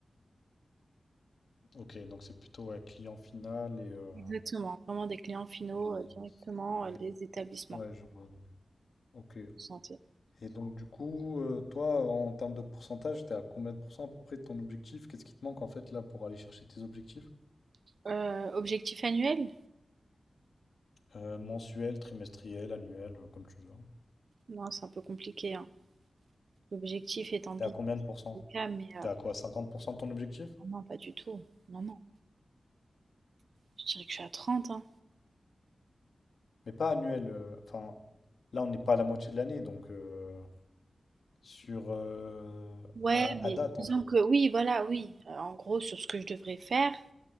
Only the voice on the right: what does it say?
Exactement, vraiment des clients finaux
euh, directement
euh, des établissements
de santé.
Euh, objectif annuel?
Non, c'est un peu compliqué, hein. L'objectif est ambitieux,
mais euh,
oh non, pas du tout. Non, non, je dirais que je suis à trente hein.
Ouais,
mais
disons
que oui, voilà, oui. Euh, en gros, sur ce que je devrais faire.